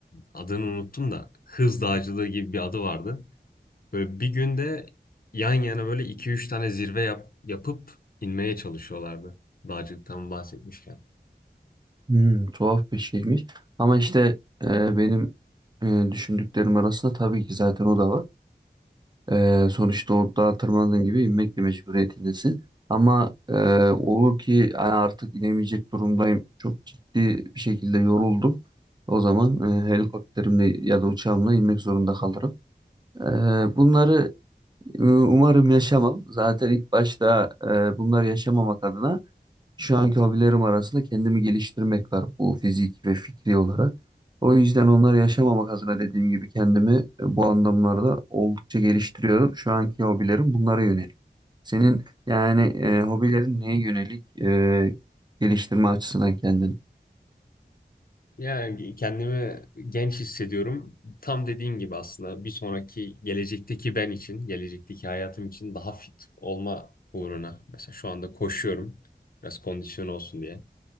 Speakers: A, on the left; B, on the right.
A: Adını unuttum da hız dağcılığı gibi bir adı vardı. Böyle bir günde yan yana böyle iki üç tane zirve yap, yapıp inmeye çalışıyorlardı. Dağcılıktan bahsetmişken.
B: Hmm, tuhaf bir şeymiş. Ama işte e, benim e, düşündüklerim arasında tabii ki zaten o da var. E, sonuçta o dağa tırmandığın gibi inmek de mecburiyetindesin. Ama e, olur ki yani artık inemeyecek durumdayım. Çok ciddi bir şekilde yoruldum. O zaman e, helikopterimle ya da uçağımla inmek zorunda kalırım. E, bunları e, umarım yaşamam. Zaten ilk başta e, bunları yaşamamak adına şu anki hobilerim arasında kendimi geliştirmek var bu fiziki ve fikri olarak. O yüzden onları yaşamamak adına dediğim gibi kendimi e, bu anlamlarda oldukça geliştiriyorum. Şu anki hobilerim bunlara yönelik. Senin yani e, hobilerin neye yönelik e, geliştirme açısından kendini?
A: Ya kendimi genç hissediyorum. Tam dediğin gibi aslında bir sonraki gelecekteki ben için, gelecekteki hayatım için daha fit olma uğruna. Mesela şu anda koşuyorum. Biraz kondisyon olsun diye.